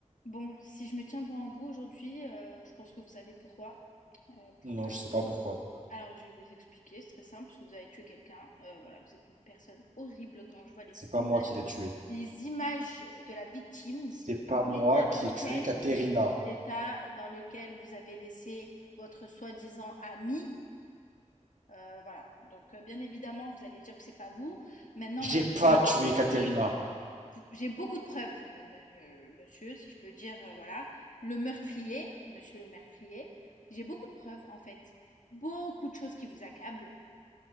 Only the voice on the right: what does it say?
Non,
je sais pas
pourquoi.
C'est
pas moi qui l'ai tué.
C'est pas moi
qui
ai tué Katerina.
J'ai
pas
tué Katerina